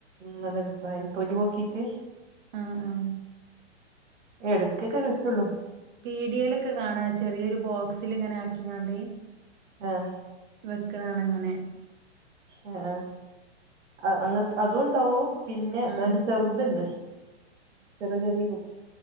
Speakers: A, on the right; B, on the right.
A: മ് നല്ല രസാ അയിൽ തൊലി പോക്കിട്ട്
B: ആഹ്‌ ആഹ്‌
A: എടയ്ക്കൊക്കെ കിട്ടുള്ളൂ.
B: പീഡിയേൽ ഒക്കെ കാണാ ചെറിയൊരു ബോക്സിൽ ഇങ്ങനെ ആക്കിങ്ങാണ്ട്.
A: ആഹ്.
B: വെക്കണാണ് അങ്ങനെ.
A: ആ ഏ അങ്ങ അതും ഉണ്ടാവു. പിന്നെ
B: ആഹ്
A: അതിന്റെ ചെറുതുണ്ട് ചെറിയ ചെറിയ കു